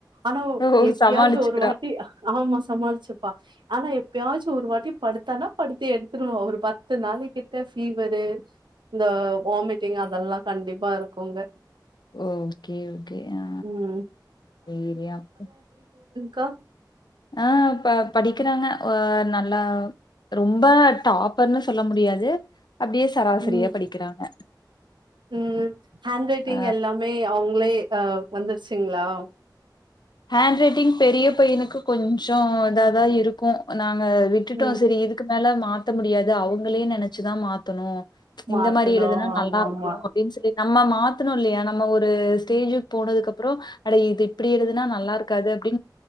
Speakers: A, on the right; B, on the left.
A: ஆன
B: ஓ!
A: எப்டியாச்சு
B: சமாளிச்சுக்கிறா.
A: ஒரு வாட் ஆமா சமாளிச்சுப்பா ஆனா எப்யாச்சு ஒரு வாட்டி படுத்தானா படுத்தே எடுத்துருவா ஒரு பத்து நாள் கிட்ட ஃபீவரு இந்த வாமிட்டிங் அதெல்லா கண்டிப்பா இருக்குங்க
B: ஓகே ஓகே ஆ
A: ம்
B: சேரி அப்
A: கா
B: ஆ ப படிக்கறாங்க ஹ நல்லா ரொம்ப டாப்ர்ன்னு சொல்ல முடியாது அப்படியே சராசரியா
A: ம்
B: படிக்கிறாங்க.
A: ம் ஹேண்ட் ரைட்டிங்
B: அ
A: எல்லாமே அவங்ளே வந்துருச்சுங்களா
B: ஹேண்ட் ரைட்டிங் பெரிய பையனுக்கு கொஞ்சோ இத தா இருக்கு நாங்க விட்டுட்டோம்
A: ம்
B: சேரி இதுக்கு மேல மார்க் தா மாத்த முடியாது அவங்ளே நெனச்சுதா மாத்தணு ச்சு
A: மாத்தணு
B: இந்த மாரி எழுதுன்னா
A: ஆமா
B: நல்லா இருக்கு
A: ஆமா
B: அப்டின்னு சொல்லி நம்ம மார்க் மாத்தனு இல்லயா நம்ம ஒரு ஸ்டேஜு போனதுக்குகப்பறோ அட இது இப்டி எழுத னா நல்லா இருக்காது அப்டி